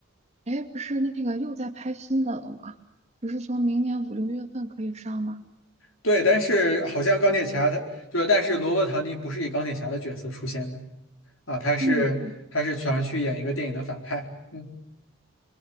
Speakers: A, on the right (about 30°); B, on the left (about 80°).
A: 哎，不是那个又在拍新的了吗？不是说明年五六月份可以上吗？
B: 对，但是好像钢铁侠他就是，但是罗伯·唐尼不是以钢铁侠的角色出现的啊，他是他是全去演一个电影的反派。
A: 嗯嗯，
B: 嗯，